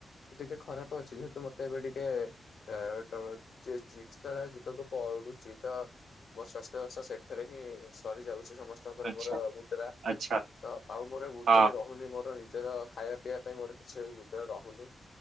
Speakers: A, on the left; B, on the right.
A: ଟିକେ ଖରାପ ଅଛି ଜେହେ ତୁ ମତେ ଏବେ ଟିକେ ଚିକିତ୍ସାଳୟ ଯିବାକୁ ଛି ତ ମୋର ସ୍ବାସ୍ଥ୍ୟ ବ୍ୟବସ୍ଥା ସେଠାରେ ହିଁ ସରିଯାଉଛି। ସମସ୍ତଙ୍କର
B: ଆଚ୍ଛା
A: ମୋର ମୁଦ୍ରା
B: ଆଚ୍ଛା
A: ତ ଆଉ ମୋର ମୁଦ୍ରା
B: ହଁ
A: ରହୁନି ମୋର ନିଜର ଖାଇବା ପିବା ପାଇଁ ମୋର କିଛି ମୁଦ୍ରା ରହୁନି